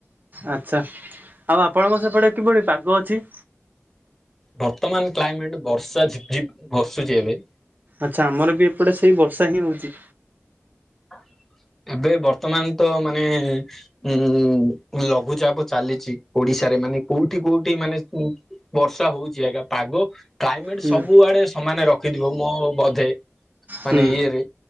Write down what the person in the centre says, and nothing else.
ବର୍ତ୍ତମାନ କ୍ଲାଇମେଟ ବର୍ଷା ଝିପି ଝିପି ବର୍ଷୁଚି ଏଵେ।
ଅ ଏବେ ବର୍ତ୍ତମାନ ତ ମାନେ ଉଁ ଲଘୁଚାପ ଚାଲିଛି ଓଡିଶା। ସାରେ ମାନେ କୋଉଠି କୋଉଠି ମାନେ ବର୍ଷା ହଉଛି ଆଜ୍ଞା ପାଗ। କ୍ଲାଇମେଟ
ସବୁଆଡେ ସମାନେ ରଖିଥିବ ମୋ ବଧେ ମାନେ
ଇଏରେ।